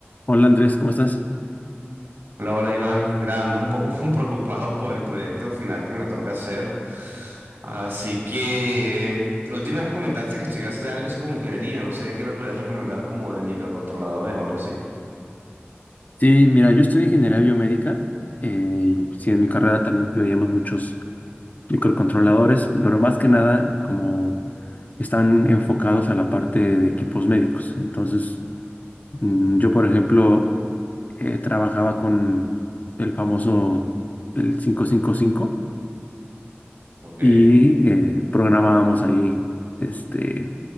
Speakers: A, on the left (about 40°); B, on the right (about 65°).
A: Hola Andrés, ¿cómo estás?
B: Hola, hola Iván. Mira, ando un poco <laughs> preocupado por el proyecto final que me toca hacer. Así que la última vez que comentaste que estudiaste algo así como ingeniería, no sé qué me podrías recomendar como de microcontroladores o algo así.
A: Sí, mira, yo estudio ingeniería biomédica eh, y sí, en mi carrera también veíamos muchos microcontroladores, pero más que nada como están enfocados a la parte de equipos médicos. Entonces, mm, yo por ejemplo eh, trabajaba con el famoso el 555
B: Ok.
A: y cinco y eh, programábamos ahí este,